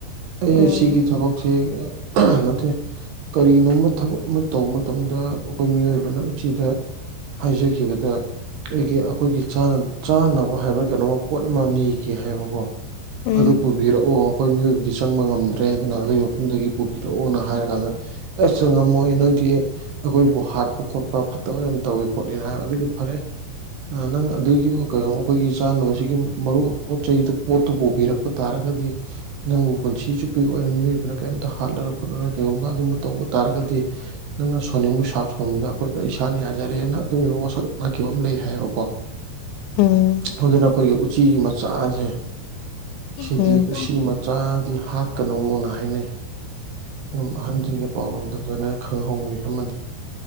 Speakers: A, on the right; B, on the left.
A: ꯑꯩ
B: ꯎꯝ
A: ꯁꯤꯒꯤ ꯊꯕꯛ ꯅꯠꯇꯦ ꯀꯔꯤꯅꯣꯃ ꯊꯕꯛ ꯑꯃ ꯇꯧꯕ ꯃꯇꯝꯗ ꯑꯩꯈꯣꯏ ꯃꯤꯑꯣꯏꯕꯅ ꯎꯆꯤꯗ ꯍꯥꯏꯖꯈꯤꯕꯗ ꯑꯩꯒꯤ ꯑꯩꯈꯣꯏꯒꯤ ꯆꯥꯅꯕ ꯍꯥꯏꯕ꯭ꯔꯥ ꯀꯩꯅꯣꯃ ꯄꯣꯠ ꯑꯃ ꯅꯤꯒꯦ ꯍꯥꯏꯕꯀꯣ
B: ꯎꯝ ꯎꯝ
A: ꯑꯗꯨ ꯄꯨꯕꯤꯔꯛꯑꯣ ꯑꯩꯈꯣꯏ ꯃꯤꯑꯣꯏꯕ ꯗꯤ ꯆꯪꯕ ꯉꯝꯗ꯭ꯔꯦ ꯑꯗꯨꯅ ꯑꯗꯨꯒꯤ ꯃꯐꯝꯗꯒꯤ ꯄꯨꯕꯤꯔꯛꯑꯣꯅ ꯍꯥꯏꯔ ꯀꯥꯟꯗ ꯑꯁꯁꯨ ꯉꯝꯃꯣꯏ ꯅꯣꯏꯗꯤ ꯑꯩꯈꯣꯏꯕꯨ ꯍꯥꯠꯄ ꯈꯣꯠꯄ ꯐꯠꯇꯕ ꯌꯥꯝ ꯇꯧꯏꯤ ꯈꯣꯠꯂꯤꯅ ꯍꯥꯏꯕ ꯑꯗꯨꯗꯤ ꯐꯔꯦ ꯅꯪ ꯑꯗꯨꯒꯤ ꯀꯩꯅꯣ ꯑꯩꯈꯣꯏꯒꯤ ꯆꯥꯅꯕꯁꯤꯒꯤ ꯃꯔꯨꯞ ꯄꯣꯠ ꯆꯩꯗꯨ ꯄꯣꯠꯇꯨ ꯄꯨꯕꯤꯔꯛꯄ ꯇꯥꯔꯒꯗꯤ ꯅꯪꯕꯨ ꯄꯨꯟꯁꯤ ꯆꯨꯞꯄꯤꯒꯤ ꯑꯣꯏꯅ ꯃꯤꯑꯣꯏꯕꯅ ꯀꯩꯝꯇ ꯍꯥꯠꯂꯛ ꯈꯣꯠꯂꯒ ꯀꯩꯒꯨꯝꯕ ꯑꯗꯨꯒꯨꯝꯕ ꯇꯧꯕ ꯇꯥꯔꯒꯗꯤ ꯅꯪꯅ ꯁꯣꯟꯅꯤꯡꯕꯞ ꯁꯣꯝꯗ ꯑꯩꯈꯣꯏ ꯏꯁꯥꯅ ꯌꯥꯖꯔꯦꯅ ꯑꯗꯨꯒꯤꯕ ꯋꯥꯁꯛ ꯅꯥꯈꯤꯕ ꯑꯃ ꯂꯩ ꯍꯥꯏꯌꯦꯕꯀꯣ
B: ꯎꯝ
A: ꯑꯗꯨꯅ ꯑꯩꯈꯣꯏꯒꯤ ꯎꯆꯤ ꯃꯆꯥꯁꯦ ꯁꯤꯗꯤ
B: ꯎꯝ
A: ꯎꯁꯤ ꯃꯆꯥꯗꯤ ꯍꯥꯠꯀꯅꯨꯅ ꯍꯥꯏꯅꯩ ꯑꯗꯨꯝ ꯑꯍꯟꯁꯤꯡꯒꯤ ꯄꯥꯎꯔꯣꯜꯗ ꯗꯨꯏꯅ ꯈꯪꯍꯧꯋꯤ ꯑꯃꯗꯤ